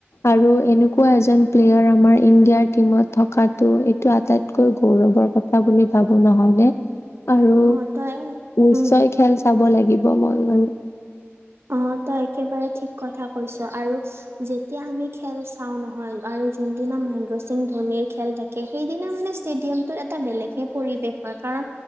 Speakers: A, on the left; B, on the right.
A: আৰু এনেকুৱা এজন প্লেয়াৰ আমাৰ ইণ্ডিয়াৰ টিমত থকাটো এইটো আটাইতকৈ গৌৰৱৰ কথা বুলি ভাবো নহয় নে আৰু
B: অঁ তই
A: নিশ্চয়
B: উম
A: খেল। চাব লাগিব মইও বাৰু।
B: অ তই একেবাৰে ঠিক কথা কৈছ আৰু যেতিয়া আমি খেল চাও নহয় আৰু যোনদিনা মহেন্দ্ৰ সিং ধোনিৰ খেল থাকে সেইদিনা মানে ষ্টেডিয়ামটোত এটা এটা বেলেগহে পৰিৱেশ হয় কাৰণ